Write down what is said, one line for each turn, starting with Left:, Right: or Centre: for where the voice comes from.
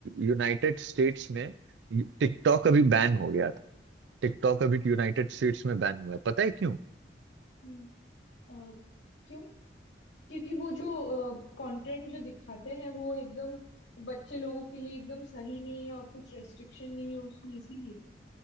Right: यूनाइटेड स्टेट्स में टिकटॉक अभी बैन हो गया टिकटॉक अभी यूनाइटेड स्टेट्स में बैन हुआ है पता है क्यों
Left: हम्म अ, क्यों क्योंकि वो जो कंटेंट जो दिखाते हैं वो एकदम बच्चे लोगों के लिए एकदम सही नहीं है और कुछ रेस्ट्रिक्शन नहीं है उसमें इसीलिए